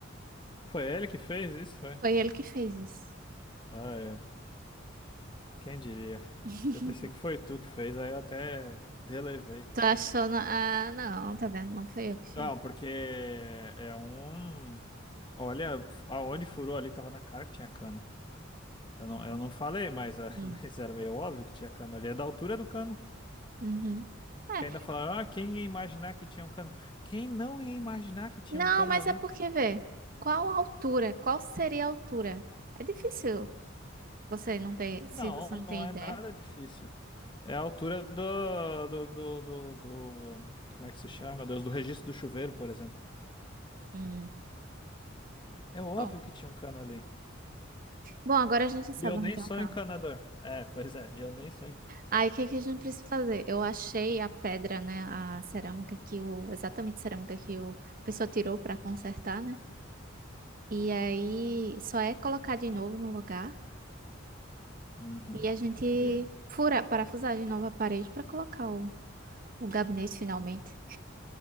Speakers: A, on the left (about 25°); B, on the right (about 45°).
A: Foi ele que fez isso, foi?
B: Foi ele que fez isso.
A: Ah, é. Quem diria?
B: <laughs>
A: Eu pensei que foi tu que fez, aí eu até relevei.
B: Tô achando, ah, não, tá vendo? Não foi eu que fiz.
A: Não, porque é um. Olha, aonde furou ali tava na cara que tinha cano. Eu não, eu não falei, mas, ah,
B: Hum.
A: <laughs> mas era meio óbvio que tinha cano ali. É da altura do cano.
B: Uhum. É,
A: Que ainda falaram, ah, quem ia imaginar que tinha um cano? Quem não ia imaginar que tinha
B: Não,
A: um cano
B: mas
A: ali?
B: é porque, vê, qual a altura? Qual seria a altura? É difícil Você não tem, se
A: Não,
B: você não tem
A: não é
B: ideia.
A: nada difícil. É a altura do, do, do, do, do- Como é que se chama, meu Deus? Do registro do chuveiro, por exemplo.
B: Hum.
A: É óbvio
B: Bom,
A: que tinha um cano ali.
B: bom, agora a gente já sabe
A: E eu
B: onde
A: nem
B: tem
A: sou
B: o canto.
A: encanador. É, pois é, e eu nem sou encanador.
B: Aí, o que que a gente precisa fazer? Eu achei a pedra, né, a cerâmica que o, exatamente a cerâmica que o, a pessoa tirou para consertar, né? E aí, só é colocar de novo no lugar
A: Uhum.
B: e a gente
A: E
B: furar, parafusar de novo a parede para colocar o, o gabinete finalmente.